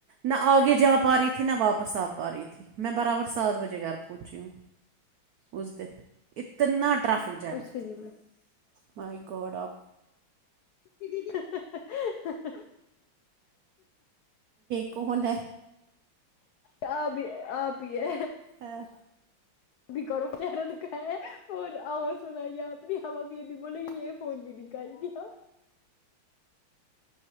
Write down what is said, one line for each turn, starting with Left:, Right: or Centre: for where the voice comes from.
Right: نہ آگے جا پا رہی تھی نہ واپس پساب پا رہی تھی میں برابر سات بجے گھر پہنچی ہوں ازدت اتنا ٹریافک جام
Left: اس سے دیدی
Right: مائی گوڈ آ
Left: ج
Right: کو ہون ہے
Left: آپ آپیے
Right: ہاں
Left: بھی کرو پرا دک ہے ف آواز سنائی آپ بھی خابا بھییے د بول ہی فون بھی نہیں کر کیایا